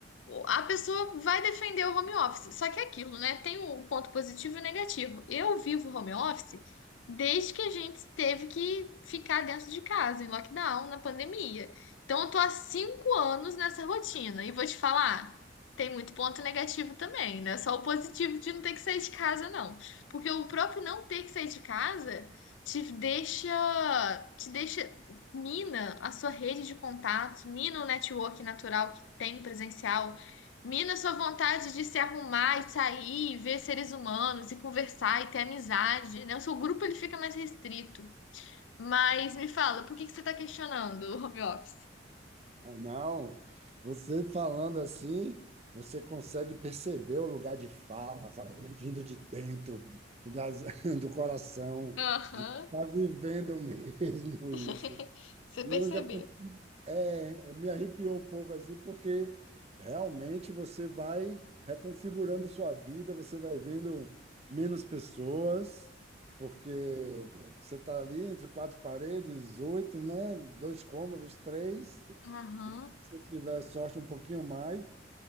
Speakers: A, on the left; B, on the right.
A: a pessoa vai defender o home office. Só que é aquilo, né? Tem o ponto positivo e o negativo. Eu vivo home office desde que a gente teve que ficar dentro de casa, em lockdown, na pandemia. Então, eu tô há cinco anos nessa rotina. E vou te falar, tem muito ponto negativo também, né Só o positivo de não ter que sair de casa, não. Porque o próprio não ter que sair de casa te deixa, te deixa mina a sua rede de contatos, mina o network natural que tem no presencial. Mina, sua vontade de se arrumar e sair, e ver seres humanos e conversar e ter amizade, né? O seu grupo ele fica mais restrito. Mas me fala, por que que você está questionando o home office?
B: Não, você falando assim, você consegue perceber o lugar de fala, sabe? Vindo de dentro, das, <laughs> do coração,
A: Aham.
B: de tá vivendo mesmo
A: <laughs>
B: <laughs> isso.
A: Você
B: E
A: percebeu?
B: eu já, con- é, me arrepiou um pouco assim, porque realmente você vai reconfigurando sua vida, você vai vendo menos pessoas, porque você está ali entre quatro paredes, oito, né? Dois cômodos, três.
A: Aham,
B: Se tiver sorte um pouquinho mais,